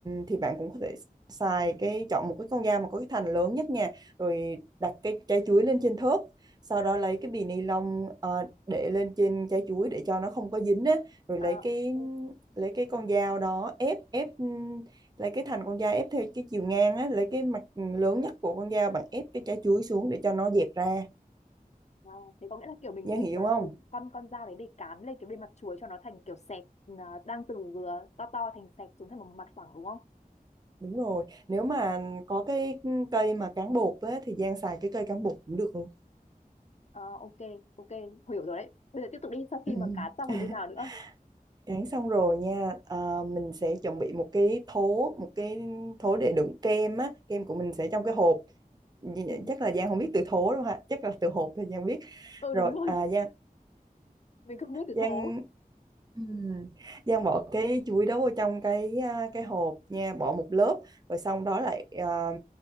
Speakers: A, on the right (about 25°); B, on the left (about 50°).
A: thì bạn cũng có thể xài cái chọn một cái con dao mà có cái thành lớn nhất nha rồi đặt cái trái chuối lên trên thớt sau
B: À,
A: đó lấy cái bì ni lông à, để lên trên trái chuối để cho nó không có dính á rồi lấy
B: à,
A: cái
B: ok.
A: lấy cái con dao đó ép ép lấy cái thành con dao ép theo cái chiều ngang á lấy cái mặt lớn nhất của con dao bạn ép cái trái chuối xuống để cho nó dẹp ra
B: À, thế có nghĩa là kiểu mình
A: Giang
B: như
A: hiểu
B: kiểu là
A: không
B: dùng con con dao đấy để cán lên cái bên mặt chuối cho nó thành kiểu sẹp à, đang từ vừa to to thành sẹp xuống thành một mặt phẳng đúng không?
A: đúng rồi nếu mà có cái cây mà cán bột á thì Giang xài cái cây cán bột cũng được luôn
B: à ok ok hiểu rồi đấy. Bây giờ tiếp tục đi sau khi
A: ừ.
B: mà cán xong
A: <laughs>
B: rồi như nào nữa?
A: cán xong rồi nha à, mình sẽ chuẩn bị một cái thố một cái thố để đựng kem á kem của mình sẽ trong cái hộp Nh-
B: Ừ,
A: chắc là Giang không biết từ thố đâu ha chắc là từ hộp thì Giang biết
B: ừ
A: rồi
B: đúng rồi
A: à, Giang
B: <laughs> mình không biết từ
A: Giang
B: thố.
A: Ừ. Giang bỏ cái chuối đó vô trong cái à, cái hộp nha bỏ một lớp rồi xong đó lại à,